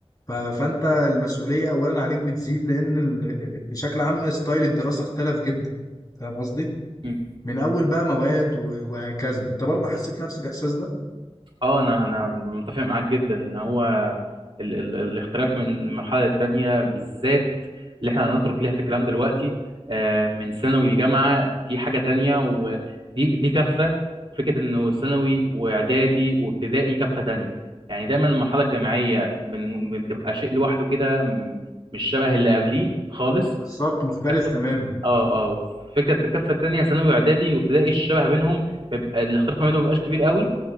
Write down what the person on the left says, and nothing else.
ف... فأنت المسؤولية أولا عليك بتزيد لأن ال... ال- بشكل عام ستايل الدراسة اختلف جدا فاهم قصدي؟
من اول بقى مواد و- وهكذا انت برضه حسيت نفس الاحساس ده
بالظبط مختلف
تماما